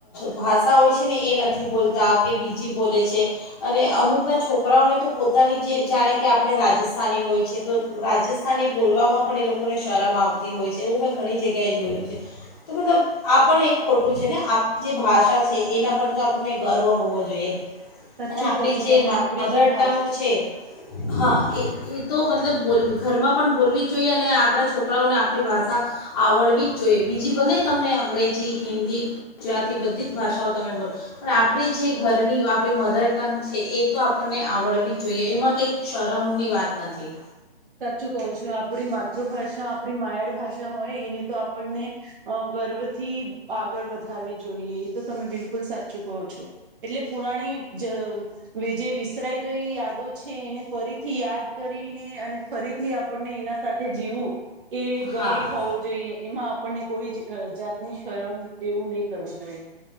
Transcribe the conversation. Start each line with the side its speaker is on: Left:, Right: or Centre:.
Left: ભાષા હોય છે. છે ને એ નથી બોલતા કે બીજી બોલે છે. અને અમુકના છોકરાઓને તો પોતાની જે જાણે કે આપણે રાજસ્થાની હોય છે તો રાજસ્થાની બોલવામાં પણ એ લોકોને શરમ આવતી હોય છે. એવું મેં ઘણી જગ્યાએ જોયું છે. તો મતલબ આ પણ એક ખોટું છે ને. આપ જે ભાષા છે એના પર તો આપણને ગર્વ હોવો જોઈએ.
Right: સાચું
Left: અને આપડી
Right: કહો છો
Left: જે
Right: તમે
Left: મધર
Right: આપડી જે ભાષા
Left: ટંગ છે. હા એ એ તો મતલબ બોલવું ઘરમાં પણ બોલવી જ જોએ અને આપણા છોરા છોકરાઓને આપણી ભાષા આવડવી જ જોઈએ બીજી ભલે તમને અંગ્રેજી હિન્દી ગુજરાતી બધી જ ભાષાઓ તમે બોલ પણ આપણી જે ઘરની આપણી મધર ટંગ છે એ તો આપણને આવડવી જ જોઈએ એમાં કંઈક શરમની વાત નથી
Right: સાચું કહો છો આપણી માતૃભાષા આપણી માયાડ ભાષા હોય એની તો આપણને ગર્વથી આગળ વધારવી જોઈએ એ તો તમે બિલકુલ સાચું કહો છો એટલે પુરાણી જે વિસરાઈ ગઈ યાદો છે એને ફરીથી યાદ કરીને અને ફરીથી આપણને એના સાથે જીવું એ ગર્વ
Left: હા
Right: હોવો જોઈએ એમાં આપને કોઈ જ જાતની શરમ એવું નહી કરવું જોઈએ